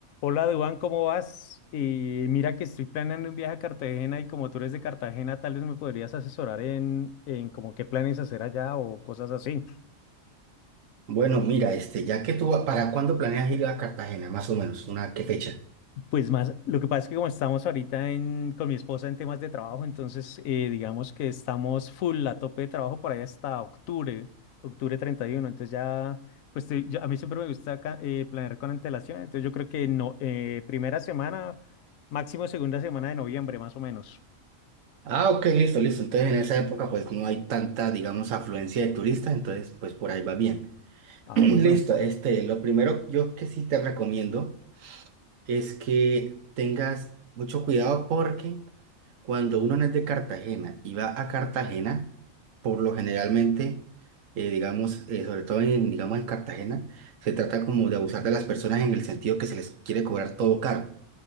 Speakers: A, on the left; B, on the right.
A: Hola, Duan, ¿cómo vas? Eh, mira que estoy planeando un viaje a Cartagena y como tú eres de Cartagena, tal vez me podrías asesorar en, en como qué planes hacer allá o cosas así.
B: Bueno, mira, este, ya que tú, ¿para cuándo planeas ir a Cartagena, más o menos? ¿Una qué fecha?
A: Pues más, lo que pasa es que como estamos ahorita en, con mi esposa en temas de trabajo, entonces eh, digamos que estamos full a tope de trabajo por ahí hasta octubre, octubre 31. entonces ya, pues estoy- yo- a mí siempre me gusta ca- eh, planear con antelación, entonces yo creo que no, eh, primera semana, máximo segunda semana de noviembre, más o menos.
B: Ah, ok, listo, listo. Entonces en esa época pues no hay tanta, digamos, afluencia de turistas, entonces pues por ahí va bien. <clears throat>
A: Ah,
B: Listo,
A: bueno.
B: este, lo primero yo que sí te recomiendo es que tengas mucho cuidado porque cuando uno no es de Cartagena y va a Cartagena, por lo generalmente, eh, digamos, eh, sobre todo en, digamos, en Cartagena, se trata como de abusar de las personas en el sentido que se les quiere cobrar todo caro.